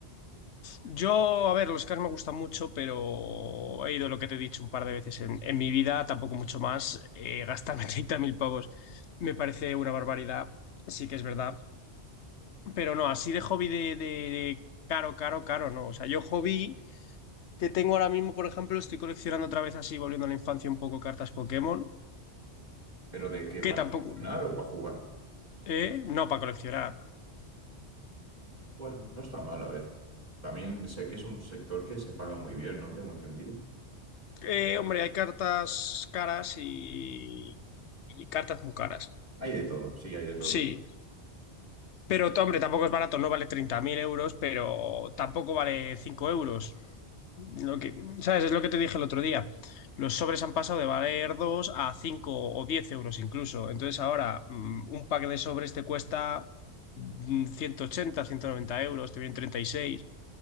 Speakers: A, on the left; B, on the right.
A: Yo, a ver, los cars me gustan mucho, pero he ido lo que te he dicho un par de veces en, en mi vida, tampoco mucho más. Eh, gastarme <laughs> 30.000 pavos me parece una barbaridad. Sí que es verdad. Pero no, así de hobby de, de de caro, caro, caro, no. O sea, yo hobby. que tengo ahora mismo, por ejemplo, estoy coleccionando otra vez así, volviendo a la infancia un poco cartas Pokémon,
B: ¿Pero de qué? ¿Para
A: que tampoco,
B: funcionar o para jugar?
A: eh, no para coleccionar.
B: Bueno, no está mal, a ver. También sé que es un sector que se paga muy bien, ¿no? Tengo entendido.
A: Eh, hombre, hay cartas caras y, y cartas muy caras.
B: Hay de todo, sí, hay de todo.
A: Sí, pero t- hombre, tampoco es barato, no vale 30.000 euros, pero tampoco vale 5 euros. Lo que, ¿sabes? Es lo que te dije el otro día. Los sobres han pasado de valer 2 a 5 o 10 euros incluso. Entonces ahora mm, un pack de sobres te cuesta mm, 180, 190 euros, te vienen treinta y seis